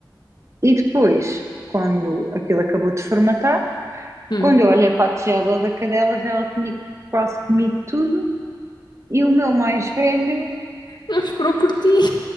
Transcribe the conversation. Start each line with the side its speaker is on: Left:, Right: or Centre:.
Right: e depois, quando aquilo acabou de formatar,
Left: Hum.
Right: quando eu olhei para a tigela da cadela, já ela tinha quase comido tudo. E o meu mais velho,
Left: Não esperou por ti.